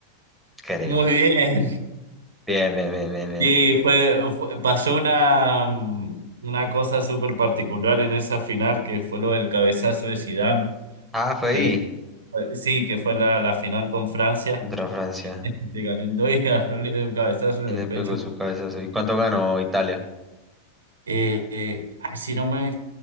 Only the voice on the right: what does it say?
Muy bien,
sí, fue, fue- pasó una, una cosa súper particular en esa final que fue lo del cabezazo de Zidane,
que
fue- sí, que fue la, la final con Francia,
<laughs> de ganando y ganó, le dio un cabezazo en
el
pecho.
Eh, eh, ay, si no me